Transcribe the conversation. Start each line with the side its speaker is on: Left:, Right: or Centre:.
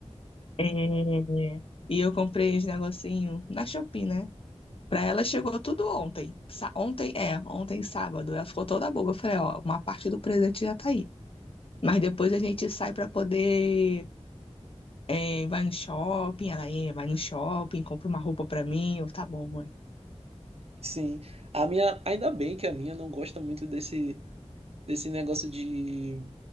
Left: É, E eu comprei esse negocinho na Shopee, né? Pra ela chegou tudo ontem. Sa- ontem, é, ontem sábado. Ela ficou toda boba. Eu falei, ó, uma parte do presente já tá aí. Mas depois a gente sai pra poder. é, vai no shopping, ela é, vai no shopping, compra uma roupa pra mim. Eu, tá bom, mãe.
Right: sim. A minha, ainda bem que a minha não gosta muito desse, desse negócio de